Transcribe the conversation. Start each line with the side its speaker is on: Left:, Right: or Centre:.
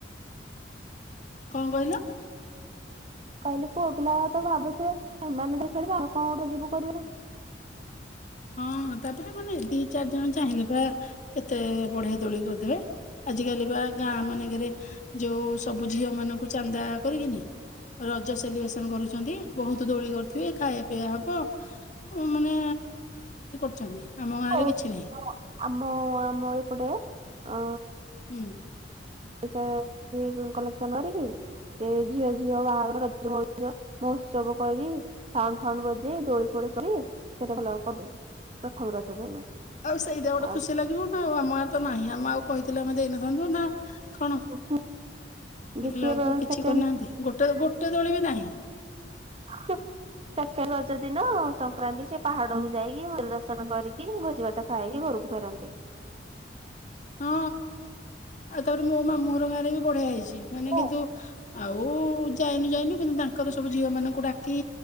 Left: କଣ କହିଲ?
Right: କହିଲି ପୁଅପିଲା ତ ଭାବୁଥିବେ ଏମାନେ ତ ଖେଳିବେ ଆଉ କଣ ଗୋଟେ ଯିବୁ କରିବୁ।
Left: ହଁ ତାପରେ ମାନେ ଦି ଚାରି ଜଣ। ଚାହିଁଲେ ପା କେତେ ବଢିଆ ଦୋଳି କରିଦେବେ ଆଜିକାଲି। <inaudible> ଗାଁଆ ମାନେଙ୍କରେ ଯୋଉ, ସବୁ ଝିଅମାନଙ୍କୁ ଚାନ୍ଦା କରିକିନି ରଜ। ସେଲିବ୍ରେସନ୍ କରୁଛନ୍ତି। ବହୁତ ଦୋଳି କରିଥିବେ ଖାଇବା ପିଇବା ହବ ମାନେ <unintelligible> ଆମ ଗାଁରେ
Right: <inaudible>
Left: କିଛି ନାହିଁ
Right: ଆମ ଆମ ଏପଟେ। ଅ
Left: ହୁଁ।
Right: ପଇସା <inaudible> କଲେକ୍ସନ୍ କରିକି ସେ ଝିଅ ଝିଅ ବାହାଘର ରଜ ମଉଜ ମହୋତ୍ସବ କରି ସାଉଣ୍ଡଫାଉଣ୍ଡ ବଜେଇ ଦୋଳିଫୋଳି କରି କେତେ ଭଲ କରନ୍ତି ପ୍ରଥମ ରଜ ଦିନ।
Left: ଆଉ ସେଇଟା ଗୋଟେ
Right: ଆଉ
Left: ଖୁସି ଲାଗିବ ନା ଆମ ଗାଁଆରେ ତ ନାହିଁ ଆମେ ଆଉ କହିଥିଲେ ଆମେ ଦେଇନ ଥାନ୍ତୁ ନା କଣ
Right: ହୁଁ,
Left: ଦେଖିଲା
Right: ଦ୍ଵିତୀୟର
Left: ବେଳକୁ କିଛି
Right: ସେକେଣ୍ଡ୍,
Left: କରିନାହାନ୍ତି ଗୋଟେ ଗୋଟେ ଦୋଳି ବି ନାହିଁ
Right: ହୁଁ ସେକେଣ୍ଡ ରଜ ଦିନ ସଂକ୍ରାନ୍ତି ସେ ପାହାଡକୁୁ ଯାଇକି ମନ୍ଦିର ଦର୍ଶନ କରିକି ଭୋଜିଭାତ ଖାଇକି ଘରକୁ ଫେରନ୍ତି।
Left: ହଁ ଆଉ ତାପରେ ମୋ ମାମୁଁ ଘର ଗାଁରେ ବି ବଢିଆ ହେଇଛି, ମାନେ
Right: ହୁଁ
Left: କିନ୍ତୁ ଆଉଉଉ ଯାଇନୁ ଯାଇନୁ କିନ୍ତୁ ତାଙ୍କର ସବୁ ଝିଅମାନଙ୍କୁ ଡାକି